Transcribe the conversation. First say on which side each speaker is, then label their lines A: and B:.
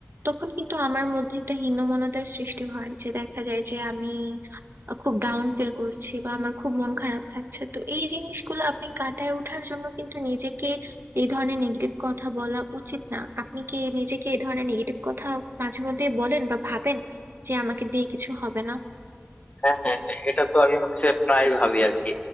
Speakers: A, on the right; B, on the left.
A: তখন কিন্তু আমার মধ্যে একটা হীনমন্যতার সৃষ্টি হয় যে দেখা যায় যে আমি খুব ডাউন ফিল করছি বা আমার খুব মন খারাপ থাকছে তো এই জিনিসগুলো আপনি কাটায় ওঠার জন্য কিন্তু নিজেকে এই ধরনের নেগেটিভ কথা বলা উচিত না আপনি কি নিজেকে এই ধরনের নেগেটিভ কথা মাঝে মধ্যে বলেন বা ভাবেন যে আমাকে দিয়ে কিছু হবে না
B: হ্যাঁ হ্যাঁ হ্যাঁ, এটা তো আমি হচ্ছে প্রায় ভাবি আর কি